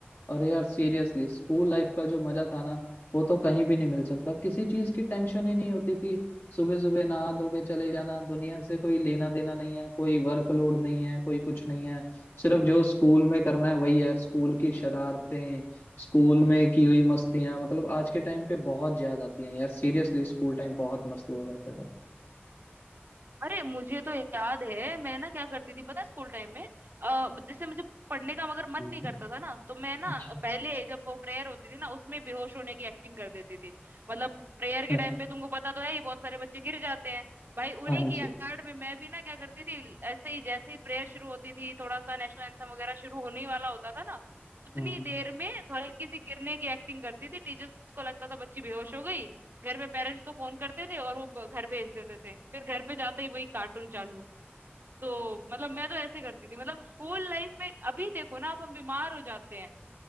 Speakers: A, on the left; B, on the right.
A: और यार सीरियसली स्कूल लाइफ का जो मजा था ना वो तो कहीं भी नहीं मिल सकता किसी चीज की टेंशन ही नहीं होती थी सुबह सुबह नहा धो के चले जाना दुनिया से कोई लेना देना नहीं है कोई वर्कलोड नहीं है कोई कुछ नहीं है सिर्फ जो स्कूल में करना है वही है स्कूल की शरारतें स्कूल में की हुई मस्तियां मतलब आज के टाइम पे बहुत याद आती हैं यार सीरियसली स्कूल टाइम बहुत मस्त हुआ करता था
B: अरे मुझे तो याद है मैं ना क्या करती थी पता है स्कूल टाइम में अ, जैसे मुझे पढ़ने का मगर मन
A: हाँ
B: नहीं करता था ना तो मैं ना
A: जी
B: पहले जब वो प्रेयर होती थी ना उसमें बेहोश होने की एक्टिंग कर देती थी मतलब प्रेयर
A: <laughs>
B: के टाइम पे तुमको पता तो है ही बहुत सारे बच्चे गिर जाते हैं भाई
A: हाँ
B: उन्हीं की
A: जी
B: आड़ में मैं भी ना क्या करती थी ऐसे ही जैसे ही प्रेयर शुरू होती थी थोड़ा सा नेशनल एंथम वगैरह शुरू होने ही वाला होता था ना उतनी
A: <laughs> हाँ
B: देर में हल्की सी गिरने की एक्टिंग करती थी टीचर्स को लगता था बच्ची बेहोश हो गई घर पे पेरेंट्स को फोन करते थे और वो ब- घर भेज देते थे फिर घर पे जाते ही वही कार्टून चालू तो मतलब मैं तो ऐसे करती थी मतलब स्कूल लाइफ में अभी देखो ना अब हम बीमार हो जाते हैं